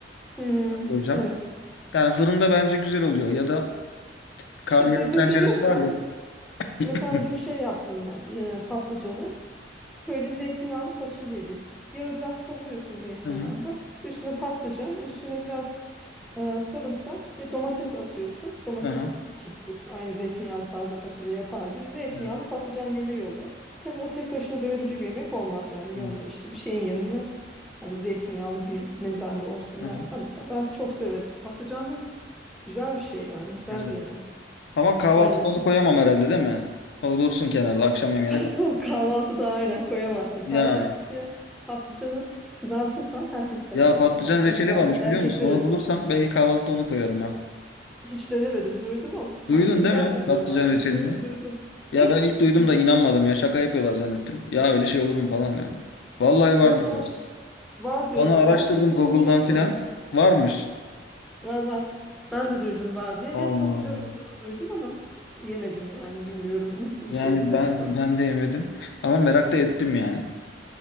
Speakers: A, in the centre; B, on the left.
A: Hmm,
B: Koyacağım.
A: evet.
B: Yani fırında bence güzel oluyor ya da karnıyarık
A: İşte sebze
B: tenceresi
A: seviyorsan
B: var ya.
A: Mesela
B: <clears throat>
A: dün şey
B: <laughs>
A: yaptım ben e, patlıcanı. Böyle zeytinyağlı fasulye gibi. Yağı biraz kavuruyorsun zeytinyağında.
B: Hı hı.
A: Üstüne patlıcan, üstüne biraz e, sarımsak ve domates atıyorsun. Domates
B: Aha.
A: kesiyorsun. Aynı zeytinyağlı taze fasulye yapar gibi. Zeytinyağlı
B: Evet.
A: patlıcan yemeği oluyor. Tabii o tek başına doyurucu bir yemek olmaz. Yani yanına
B: Evet.
A: işte bir şeyin yanına hani zeytinyağlı bir mezemde olsun
B: Aha.
A: dersen mesela ben çok severim. Patlıcan da güzel bir şey yani güzel
B: Güzel.
A: bir yemek.
B: Ama kahvaltına
A: Aynen.
B: onu koyamam herhalde değil mi? O dursun kenarda akşam yemeğine
A: <laughs>
B: kalsın.
A: Kahvaltıda aynen koyamazsın. Kahvaltıya
B: Yani.
A: patlıcanı kızartırsan herkes sever
B: Ya
A: yani.
B: patlıcan
A: Patlıcan
B: reçeli
A: kızartma
B: varmış
A: erkekler
B: biliyor musun? Onu
A: özel.
B: bulursam belki kahvaltıda onu koyarım ha.
A: Hiç denemedim duydum ama ama
B: Duydun
A: güzel
B: değil mi
A: de
B: patlıcan
A: diyorlar onu.
B: reçelini?
A: Duydum duydum.
B: Ya
A: Ve
B: ben ilk duydum
A: güz
B: da inanmadım ya şaka yapıyorlar zannettim. Ya öyle şey olur mu falan diyorum. Vallahi var
A: yok
B: diyorlar.
A: haş var diyorlar.
B: Bana araştırdım
A: Her şeyin içinde
B: Google'dan
A: yapıyorlar.
B: filan. Varmış.
A: Var var. Ben de duydum var diye
B: Allah
A: ve çok güzel
B: Allah.
A: olduğunu duydum ama yemedim yani. Bilmiyorum <laughs> nasıl
B: Yani
A: bir şeydir acaba.
B: ben <laughs> ben de yemedim ama merak da ettim yani.